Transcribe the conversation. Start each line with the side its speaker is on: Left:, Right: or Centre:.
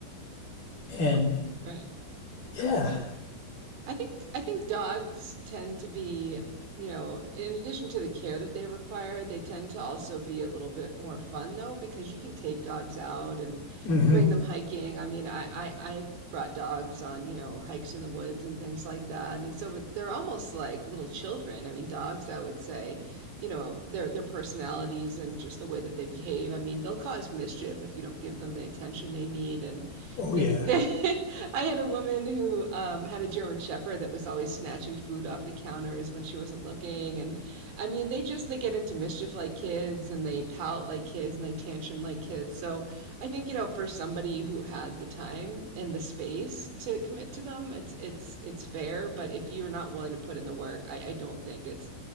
Left: And
Right: R- Right.
Left: yeah.
Right: I think I think dogs tend to be, you know, in addition to the care that they require, they tend to also be a little bit more fun though, because you can take dogs out and
Left: mm hmm
Right: bring them hiking. I mean, I, I I've brought dogs on, you know, hikes in the woods and things like that, and so it, they're almost like little children. I mean, dogs, I would say, you know, their their personalities and just the way that they behave. I mean, they'll cause mischief if you don't give them the attention they need and
Left: Oh,
Right: they,
Left: yeah.
Right: they, <laughs> I had a woman who um, had a German Shepherd that was always snatching food off the counters when she wasn't looking, and I mean, they just they get into mischief like kids, and they pout like kids, and they tantrum like kids. So I think you know, for somebody who has the time and the space to commit to them, it's it's it's fair. But if you're not willing to put in the work, I, I don't think it's